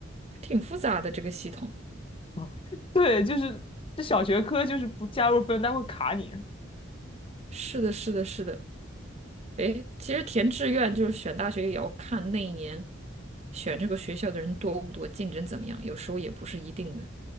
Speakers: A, on the right (about 35°); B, on the left (about 30°).
A: 挺复杂的这个系统。
B: <laughs> 对，就是这小学科就是不加入分，它会卡你。
A: 是的，是的，是的。诶，其实填志愿就是选大学，也要看那一年选这个学校的人多不多，竞争怎么样，有时候也不是一定的，